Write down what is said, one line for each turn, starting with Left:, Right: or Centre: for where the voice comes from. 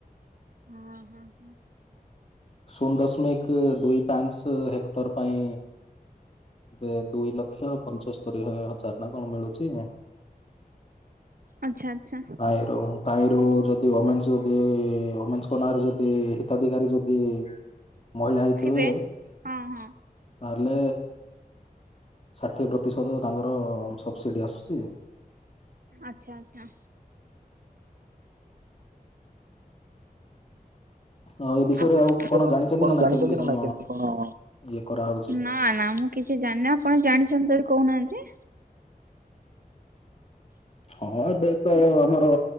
Right: ହଁ ହଁ ହୁଁ।
Left: ଶୂନ ଦଶମିକ ଦୁଇ ପାଞ୍ଚ ହେକ୍ଟର ପାଇଁ ଏ ଦୁଇ ଲକ୍ଷ। ପଞ୍ଚସ୍ତରୀ ହଜାର ନା କଣ ମିଳୁଛି।
Right: ଆଚ୍ଛା। ଆଚ୍ଛା
Left: ତାହିରୁ ତାହିରୁ ଯଦି ଓମେନ୍ସ ଯଦି ଓମେନ୍ସଙ୍କ ନାଁରେ ଯଦି ହିତା ଧିକାରୀ ଯଦି ମହିଳା ହେଇଥିବେ
Right: ଥିବେ ହଁ ହଁ।
Left: ତାହେଲେ ଷାଠିଏ ପ୍ରତିଶତ ତାଙ୍କର ସବସିଡି ଆସୁଛି।
Right: ଆଚ୍ଛା ଆଚ୍ଛା।
Left: ଆଉ ଏ ବିଷୟରେ
Right: ଆ ଆପଣ
Left: ଆଉ
Right: ତାପରେ
Left: କଣ ଜାଣିଛନ୍ତି ନା ନାଇଁ
Right: ଜାଣିଛନ୍ତି
Left: କେମିତି
Right: ନା
Left: କଣ
Right: ନାହିଁ କେମିତି କଣ
Left: ଇଏ କରାହଉଛି
Right: ନା ନା ମୁଁ କିଛି ଜାଣିନି ଆପଣ ଜାଣିଛନ୍ତି ଯଦି କହୁନାହାଁନ୍ତି।
Left: ହଁ ଏବେ ତ ଆମର